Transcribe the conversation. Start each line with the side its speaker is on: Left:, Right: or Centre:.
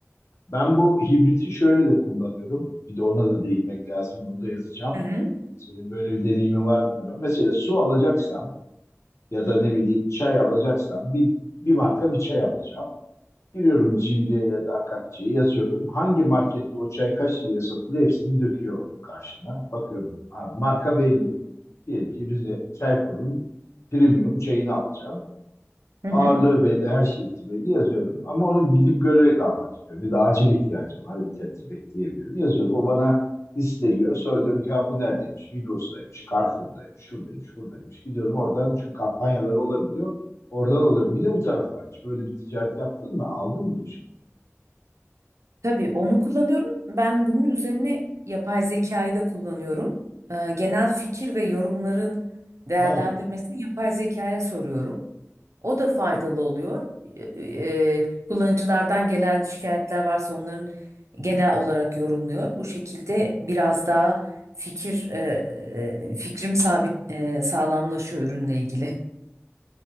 Left: Ben bu hibriti şöyle de kullanıyorum. Bir de ona da değinmek lazım. Bunu da yazacağım.
Right: Hı hı.
Left: Senin böyle bir deneyimi var mı bilmiyorum. Mesela su alacaksam ya da ne bileyim çay alacaksam bir, bir marka bir çay alacağım. Giriyorum Cimri'ye ya da Akakçe'ye yazıyorum. Hangi markette o çay kaç liraya satılıyor hepsini döküyor karşıma. Bakıyorum abi marka belli. Diyelim ki Rize Çaykur'un premium çayını alacağım.
Right: Hı hı.
Left: Ağırlığı belli, her şeysi belli yazıyorum. Ama onu gidip görerek almak istiyorum. Ya da acil ihtiyacım var, interneti bekleyemiyorum. Yazıyorum, o bana listeliyor. Sonra diyorum ki ha bu neredeymiş? Migros'taymış, Carrefour'daymış, şuradaymış, buradaymış. Gidiyorum oradan çünkü kampanyalar olabiliyor. Oradan alıyorum. Bir de bu taraf var. Hiç böyle bir ticaret yaptın mı? Aldın mı bir şey?
Right: Tabii onu kullanıyorum. Ben bunun üzerine yapay zekayı da kullanıyorum. Ee, genel fikir ve yorumların değerlendirmesini
Left: Ha,
Right: yapay zekaya soruyorum. O da faydalı oluyor. Ee, e, kullanıcılardan gelen şikayetler varsa onların genel olarak yorumluyor. Bu şekilde biraz daha fikir e, e, fikrim sabit e, sağlamlaşıyor ürünle ilgili.